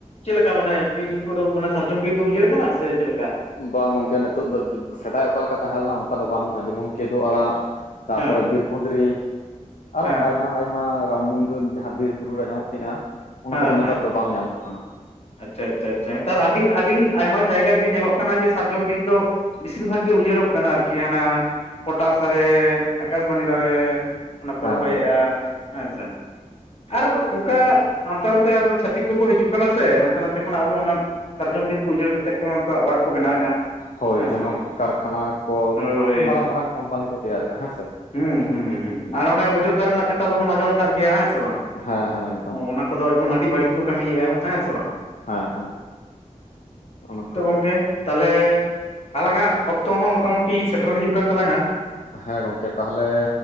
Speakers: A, on the left; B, on the left.
A: ᱪᱮᱫ ᱞᱮᱠᱟ ᱢᱟᱱᱮ ᱵᱤᱨ ᱠᱚᱫᱚ ᱥᱟᱨ ᱡᱚᱢ ᱵᱤᱨ ᱫᱚ ᱩᱡᱟᱹᱲ ᱟᱠᱟᱱᱟ ᱥᱮ ᱪᱮᱫ ᱞᱮᱠᱟ?
B: ᱵᱟᱝ ᱜᱚᱢᱠᱮ ᱱᱤᱛᱚᱜ ᱫᱚ ᱥᱮᱫᱟᱭ ᱚᱠᱟ ᱞᱮᱠᱟ ᱛᱟᱦᱮᱸ ᱞᱮᱱᱟ ᱚᱱᱠᱟ ᱫᱚ ᱵᱟᱹᱱᱩᱜᱼᱟ ᱡᱮᱢᱚᱱ ᱠᱮᱫᱳᱜ ᱟᱲᱟᱜ
A: ᱟᱪᱪᱷᱟ,
B: ᱛᱟᱯᱚ
A: ᱦᱮᱸ
B: ᱨᱮ
A: ᱦᱮᱸ
B: ᱵᱤᱨ ᱠᱩᱸᱫᱽ ᱨᱤ ᱟᱨᱚ
A: ᱦᱮᱸ
B: ᱟᱭᱢᱟ ᱟᱭᱢᱟ ᱨᱟᱱ ᱢᱱᱜᱟᱹᱱ ᱡᱟᱦᱟᱸ ᱵᱤᱨ ᱵᱩᱨᱩ ᱨᱮ ᱧᱟᱢᱚᱜ ᱛᱟᱦᱮᱸᱼᱱᱟ ᱚᱱᱟ
A: ᱦᱮᱸ
B: ᱠᱚᱫᱚ ᱱᱮᱛᱟᱨ ᱫᱚ ᱵᱟᱝ ᱧᱟᱢᱚᱜ ᱠᱟᱱᱟ᱾
A: ᱟᱪᱪᱷᱟ ᱟᱪᱪᱷᱟ ᱱᱮᱛᱟᱨ ᱟᱹᱰᱤ ᱟᱹᱰᱤ ᱟᱭᱢᱟ ᱡᱟᱭ ᱜᱟ ᱨᱮ ᱜᱮ ᱧᱮ ᱞᱚᱜ ᱠᱟᱱᱟ ᱡᱮ ᱥᱟᱨ ᱡᱚᱢ ᱵᱤᱨ ᱫᱚ ᱵᱮᱥᱤᱨ ᱵᱷᱟᱜᱽ ᱜᱮ ᱩᱡᱟᱹᱲ ᱚᱜ ᱠᱟᱱᱟ ᱟᱨᱠᱤ ᱦᱟᱱᱟ ᱯᱚᱴᱟᱥ ᱫᱟᱨᱮ ᱟᱠᱟᱥᱯᱟᱱᱤ ᱫᱟᱨᱮ ᱚᱱᱟ
B: ᱦᱮᱸ
A: ᱠᱚ ᱨᱚᱦᱚᱭ
B: ᱦᱮᱸ
A: ᱮᱜᱼᱟ᱾ ᱟᱪᱪᱷᱟ ᱟᱨ ᱚᱱᱠᱟ ᱦᱟᱱ ᱛᱮ ᱱᱟᱛᱮ ᱟᱨ ᱪᱷᱷᱟ ᱛᱤᱠ ᱠᱚ ᱠᱚ ᱦᱤᱡᱩᱜ ᱠᱟᱱᱟ ᱥᱮ ᱥᱮ ᱦᱟᱱᱛᱮ ᱱᱟᱛᱮ ᱠᱷᱚᱱᱟᱜ ᱟᱫᱚ ᱚᱱᱟ ᱥᱟᱨᱡᱚᱢ ᱵᱤᱨ ᱠᱚ ᱩᱡᱟᱹᱲ ᱠᱟᱛᱮᱫ ᱠᱚ ᱚᱱᱠᱟ ᱚᱲᱟᱜ ᱠᱚ ᱵᱮᱱᱟᱣᱮᱫᱼᱟ
B: ᱦᱳᱭ
A: ᱦᱮᱸ
B: ᱡᱮᱢᱚᱱ
A: ᱥᱮ ᱵᱟᱝ
B: ᱠᱟᱨᱠᱷᱟᱱᱟ ᱠᱚᱞ
A: ᱦᱳᱭ
B: ᱢᱟᱨᱟᱝ ᱢᱟᱨᱟᱝ ᱠᱳᱢ ᱯᱟᱱᱤ ᱠᱚ ᱛᱮᱭᱟ ᱨᱮᱜᱼᱟ ᱦᱮᱸ ᱥᱮ᱾
A: ᱦᱩᱸ ᱦᱩᱸ ᱟᱨ ᱚᱱᱮ ᱚᱡᱳᱫᱽᱫᱷᱟ ᱨᱮᱱᱟᱜ ᱠᱟᱛᱷᱟ ᱫᱚᱵᱚᱱ ᱟᱸᱡᱚᱢ ᱟᱠᱟᱫ ᱜᱮᱭᱟ ᱦᱮᱸ ᱥᱮ ᱵᱟᱝ
B: ᱦᱮᱸ ᱦᱮᱸ ᱮᱠᱫᱚᱢ
A: <unintelligible> ᱟᱹᱰᱤ ᱵᱟᱹᱲᱤᱡ ᱠᱚ ᱠᱟᱹᱢᱤ ᱭᱮᱜᱼᱟ ᱦᱮᱸ ᱥᱮ ᱵᱟᱝ
B: ᱦᱮᱸ ᱦᱮᱸ ᱚᱱᱮ ᱚᱱᱠᱟ
A: ᱛᱚ ᱜᱚᱢᱠᱮ ᱛᱟᱦᱚᱞᱮ ᱟᱞᱟᱝᱟᱜ ᱚᱠᱛᱚ ᱦᱚᱸ ᱢᱚᱴᱟᱢᱩᱴᱤ ᱥᱮᱴᱮᱨ ᱦᱤᱡᱩᱜ ᱠᱟᱱ ᱛᱟᱞᱟᱝᱼᱟ᱾
B: ᱦᱮᱸ ᱜᱚᱢᱠᱮ ᱛᱟᱦᱚᱞᱮ